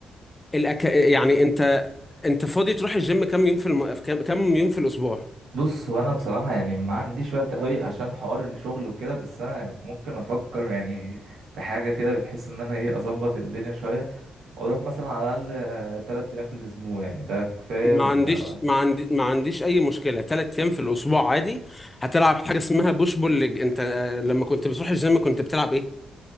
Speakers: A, on the left (about 20°); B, on the right (about 85°).
A: الأك... يعني انت انت فاضي تروح الجيم كام يوم في الم... كام كام يوم في الاسبوع
B: بص هو انا بصراحه يعني ما عنديش وقت قوي عشان حوار الشغل وكده بس انا ممكن افكر يعني في حاجه كده بحيث ان انا ايه اظبط الدنيا شويه واروح مثلا على الاقل ثلاث ايام في الاسبوع يعني ده كفايه
A: ما
B: ولا
A: عنديش ما عندي ما عنديش اي مشكله ثلاث ايام في الاسبوع عادي هتلعب حاجه اسمها بوش بول ليج انت آه، لما كنت بتروح الجيم كنت بتلعب ايه